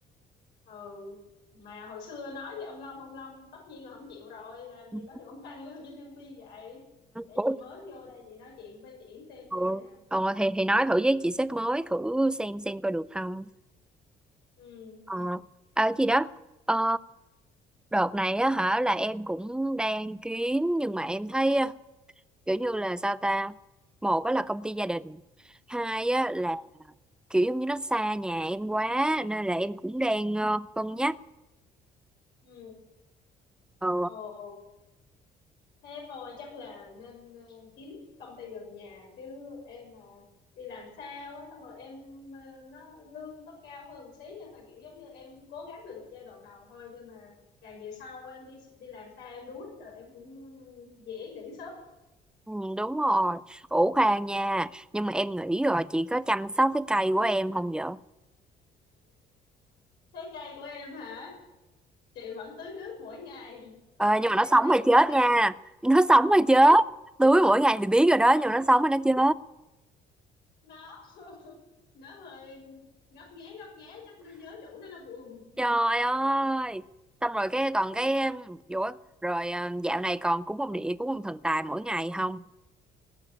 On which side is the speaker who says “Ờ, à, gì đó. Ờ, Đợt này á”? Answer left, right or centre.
Centre